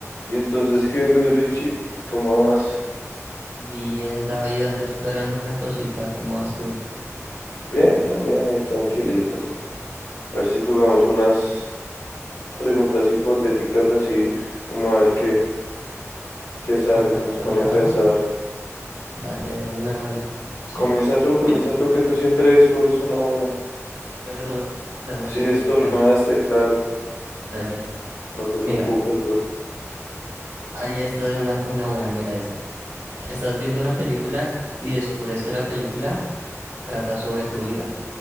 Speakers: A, on the left (about 75°); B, on the right (about 70°).
A: Y entonces, ¿qué mi Richie? ¿Cómo vas?
B: Bien, David, acá esperando una cosita. ¿Cómo vas tú?
A: Bien, también ahí tranquilito. A ver si jugamos unas preguntas hipotéticas así, como a ver qué, qué sale,
B: Como la
A: qué
B: vez
A: nos
B: pasada,
A: pone a pensar.
B: dale de una a ver. si-
A: Comienza tú, comienza
B: Uy,
A: tú, que tú siempre escoges una buena.
B: perdón, dame
A: Sí,
B: un segundo.
A: estornudaste,
B: Ya,
A: claro.
B: dale.
A: No te preocupes,
B: Mira,
A: bro.
B: ahí está de una, una buena. Mira esta. Estás viendo una película y descubres que la película trata sobre tu vida.